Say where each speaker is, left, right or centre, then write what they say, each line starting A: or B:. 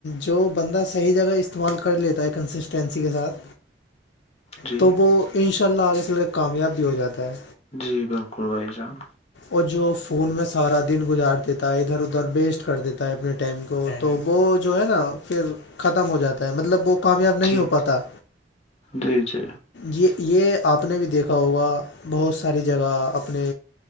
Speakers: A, on the left; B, on the left.
A: جو بندہ صحیح جگہ استعمال کر لیتا ہے کنسسٹینسی کے ساتھ
B: جی
A: تو وہ ان شاء اللہ آگے چل کے کامیاب بھی ہو جاتا ہے
B: جی بالکل بھائی جانب <unintelligible>
A: اور جو فون میں سارا دن گزار دیتا ہے ادھر ادھر بیسٹ کر دیتا ہے اپنے ٹم کو تو وہ جو ہے نا پھر <unintelligible> ختم ہو جاتا ہے مطلب وہ کامیاب نہیں
B: جی
A: ہو پاتا
B: جی جی
A: ج یہ آپ نے بھی دیکھا دیکھا ہوگا بہت ساری جگہ اپنے